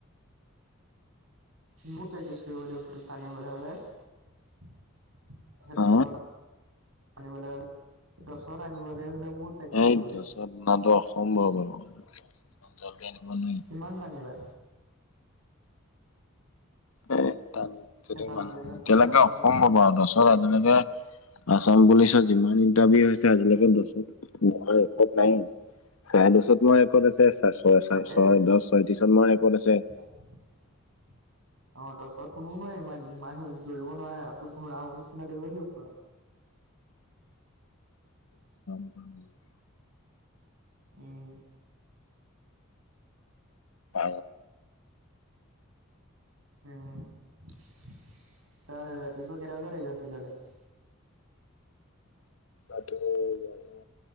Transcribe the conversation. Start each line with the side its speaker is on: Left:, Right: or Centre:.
Right: মোৰ প্ৰেক্টিচ কৰিব লাগিব সেইটো টানিবলৈ হলে তে
Left: অ
Right: দৰ আনিবলৈ হলে, দহত আনিবলে হলে বহুত প্ৰেক্টিচ
Left: এই
Right: কৰিব
Left: দহতটো
Right: লাগিব
Left: অনাতো অসম্ভৱ বাৰু, <unintelligible> আনিব নোৱাৰি।
Right: কিমান পাৰিবা?
Left: এ ত য
Right: টানো
Left: মানে
Right: বুলি ক'লে ফ
Left: এনেকে
Right: ফকাচ
Left: অসম্ভৱ
Right: হৈ
Left: হব দহত আজিলৈকে আচাম পুলিচৰ যিমান ইন্টাৰভিউ হৈছে আজিলৈকে <unintelligible> নাইয়েই চাৰে দশত মই ৰেকৰ্ড আছে ছয় ছয়
Right: তাকে
Left: দহ ছয়ত্ৰিশত মই ৰেকৰ্ড আছে
Right: <inaudible> অ' তছত কোনোও নোৱয় ইমান ইমান হেৰিৰিব নোৱাৰে হয়তো ঘূৰাও নিচিনা দৌৰিব লাগিব পুৰা
Left: উ
Right: উম
Left: আ
Right: উম তাৰ ৰাতিপুৱা কেইটা বজাৰ আহিব <unintelligible>
Left: উ